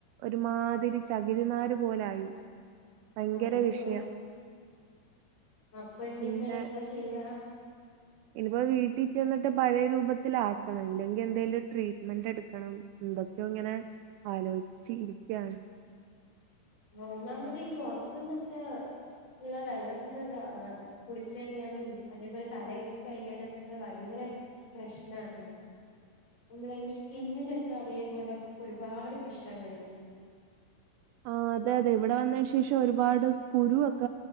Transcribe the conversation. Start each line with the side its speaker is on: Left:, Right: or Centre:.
Right: ഒരുമാതിരി ചകിരിനാര് പോലായി ഭയങ്കര
Left: അയ്യോ
Right: വിഷയം
Left: അപ്പന്നിപ്പ
Right: പിന്നെ
Left: എന്താ ചെയ്യാ
Right: ഇനിപ്പോ വീട്ടി ചെന്നിട്ട് പഴേ രൂപത്തിലാക്കണം. ഇല്ലെങ്കി എന്തേലും ട്രീറ്റ്മെന്റ് എടുക്കണം എന്തൊക്ക്യോങ്ങനെ ആലോയ്ച് ഇരിക്ക്യാണ്
Left: ഒന്നാമതീ പൊർത്ത്ന്നൊക്കെള്ള വെള്ളത്തിന്നന്നെ കുളിച്ചഴിഞ്ഞാലും അതേപോലെ തല കയ്കി കഴിഞ്ഞാലൊക്കെ ഭയങ്കര പ്രശ്നാണ് നമ്മള ഈ സ്കിന്നിനൊക്കതേപോലെ ഒരുപാട് പ്രശ്നം വരും
Right: ആഹ് അതെ അതെ, ഇവടെ വന്നേയ് ശേഷം ഒരുപാട് കുരുവൊക്ക